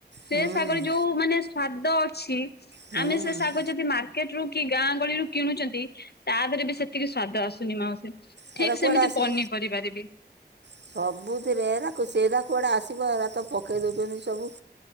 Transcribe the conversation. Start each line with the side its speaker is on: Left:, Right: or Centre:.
Left: ସେ
Right: ହୁଁ।
Left: ଶାଗରେ ଯୋଉ ମାନେ ସୁଆଦ ଅଛି
Right: ହୁଁ।
Left: ଆମେ ସେ ଶାଗ ଯଦି ମାର କେଟ୍ କି ଗାଁ ଗହଳିରୁ କିଣୁଛନ୍ତି ତା ଦେହରେ ବି ସେତିକି ସ୍ଵାଦ ଆସୁଛି। ସୁନି ମାଉସୀ
Right: ହେରା
Left: ଠିକ
Right: କୁଆଡ଼େ
Left: ସେମିତି
Right: ଆସିବ?
Left: ପନିପରିବାରେ ବି।
Right: ସବୁଥିରେ ଏରାକୁ ସେଟା କୁଆଡେ ଆସିବ ଏରା ତ ପକେଇ ଦଉଛନ୍ତି ସବୁ।